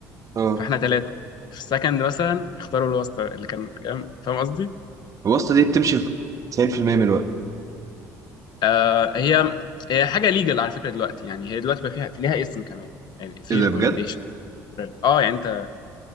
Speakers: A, on the right; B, on the left.
A: اه
B: فاحنا ثلاثة في السكند مثلا اختاروا الواسطة اللي كان كام فاهم قصدي؟
A: الواسطة دي بتمشي في 90% من الوقت
B: آه هي هي حاجة ليجل على فكرة دلوقتي يعني هي دلوقتي بقى فيها في ليها اسم كمان يعني في
A: ايه ده
B: ريكومنديشن
A: بجد
B: اه يعني انت